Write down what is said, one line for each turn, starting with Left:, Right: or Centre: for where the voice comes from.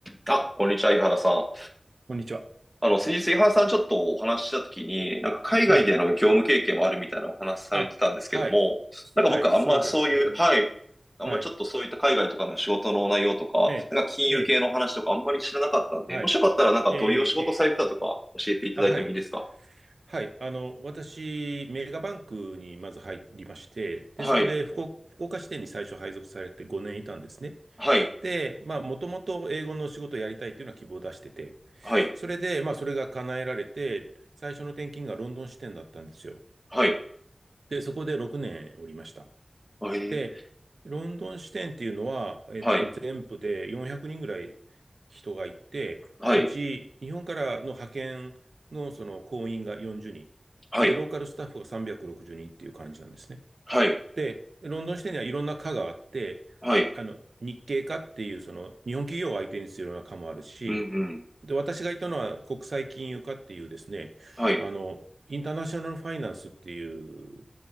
Centre: あ、こんにちは、井原さん。
Right: こんにちは。
Centre: あの、先日井原さんちょっとお話ししたときに、なんか海外での業務経験もあるみたいなお話されてたんですけども、
Right: はい。あ、はい。
Centre: なんか僕あんまそういう、
Right: はい、そうですね。
Centre: はい、あんまちょっとそういった海外とかの仕事の内容とか、
Right: はい。ええ、
Centre: なんか金融系の話とかあんまり知らなかったんで、
Right: ええ、はい。
Centre: もしよかったらなんかどういうお仕事されてたとか教えていただいてもいいですか
Right: ええ、ええ、あ、はい。はい。あの、私、メガバンクにまず入りまして、で、
Centre: はい、
Right: そこで福岡、福岡支店に最初配属されて5年いたんですね。
Centre: はい、
Right: で、まあ、もともと英語の仕事をやりたいというのは希望を出してて、
Centre: はい、
Right: それで、まあ、それが叶えられて、最初の転勤がロンドン支店だったんですよ。
Centre: はい、
Right: で、そこで6年おりました。
Centre: はい、
Right: で、ロンドン支店っていうのは、えっと、
Centre: はい、
Right: 全部で400人ぐらい人がいて、
Centre: はい、
Right: うち、日本からの派遣のその行員が40人。
Centre: はい、
Right: で、ローカルスタッフが360人っていう感じなんですね。
Centre: はい、
Right: で、ロンドン支店にはいろんな課があって、
Centre: はい、
Right: あの、日系課っていう、その、日本企業を相手にするような課もあるし、
Centre: うん、うん、
Right: で、私がいたのは国際金融課っていうですね、
Centre: はい、
Right: あの、インターナショナルファイナンスっていう